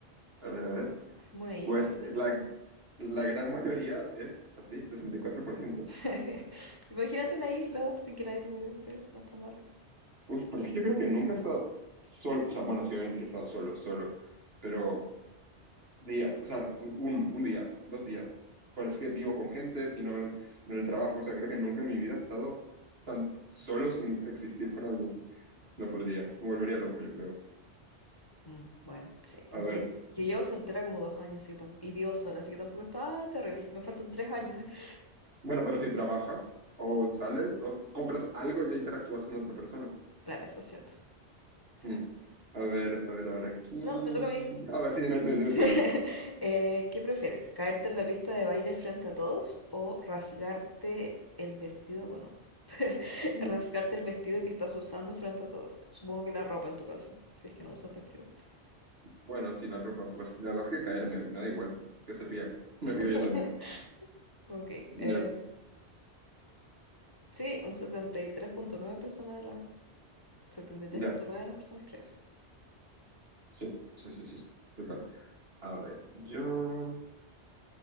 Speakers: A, on the right; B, on the left.
A: a ver, a ver.
B: es como una isla
A: Pues
B: para mí.
A: eh, la, la gran mayoría es así, 64%.
B: <laughs> Imagínate una isla sin que nadie te moleste. No está mal.
A: Uf, pero es que yo creo que nunca he estado solo, o sea, bueno, sí, obviamente sí he estado solo, solo, pero días, o sea, un, un un día, dos días. Pero es que vivo con gente, sino el- en el trabajo, o sea, creo que nunca en mi vida he estado tan solo sin existir con alguien. No podría, me volvería loco, yo creo.
B: Mm, bueno, sí.
A: A
B: Yo,
A: ver,
B: yo llevo soltera como dos años así que tam- y vivo sola, así que tampoco está terrible. Me faltan tres años. <laughs>
A: bueno, pero si trabajas o sales o compras algo, ya interactúas con otra persona.
B: Claro, eso es cierto. sí.
A: Mm. A ver, a ver, a ver, aquí.
B: No, me toca a mí.
A: A ver, sí, dime tú, dime
B: <laughs>
A: tú, dime tú.
B: Eh, ¿qué prefieres? ¿Caerte en la pista de baile frente a todos o rasgarte el vestido? Bueno, <laughs>
A: Mm.
B: rasgarte el vestido que estás usando frente a todos. Supongo que la ropa en tu caso, si es que no usas vestido.
A: Bueno, sí, la ropa, pues la verdad es que caer me, me da igual, que se rían. Me
B: <laughs>
A: río yo también.
B: Ok,
A: Ya,
B: eh, sí, un setenta y tres punto nueve personas de las setenta y tres
A: ya,
B: punto nueve de las personas creen eso.
A: sí, sí, sí, sí, total. A ver, yo.